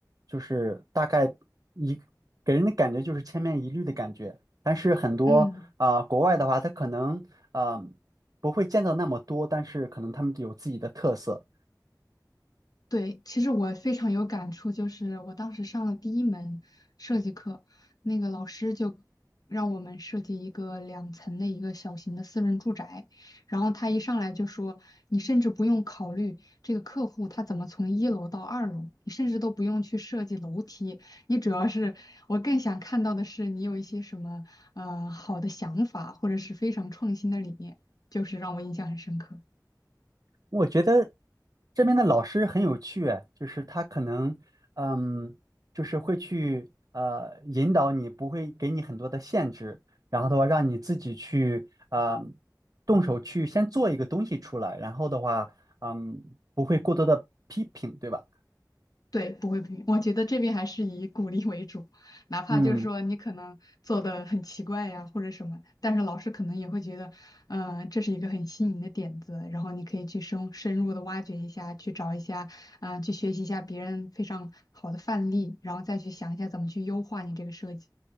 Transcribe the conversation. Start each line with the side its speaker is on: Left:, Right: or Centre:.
Right: 就是大概一给人的感觉就是千篇一律的感觉。但是很多啊、
Left: 嗯。
Right: 呃国外的话，他可能啊不会建造那么多，但是可能他们有自己的特色。
Left: 对，其实我非常有感触，就是我当时上了第一门设计课，那个老师就让我们设计一个两层的一个小型的私人住宅，然后他一上来就说，你甚至不用考虑这个客户他怎么从一楼到二楼，你甚至都不用去设计楼梯，你主要是我更想看到的是你有一些什么呃好的想法，或者是非常创新的理念，就是让我印象很深刻。
Right: 我觉得这边的老师很有趣，哎就是他可能，嗯，就是会去呃引导你，不会给你很多的限制，然后的话让你自己去呃动手去先做一个东西出来，然后的话，嗯，不会过多的批评，对吧？
Left: 对，不会评。我觉得这边还是以鼓励为主，哪怕就是说你可能做的很奇怪呀，
Right: 嗯
Left: 或者什么，但是老师可能也会觉得，嗯、这是一个很新颖的点子，然后你可以去深深入的挖掘一下，去找一下，啊、去学习一下别人非常好的范例，然后再去想一下怎么去优化你这个设计。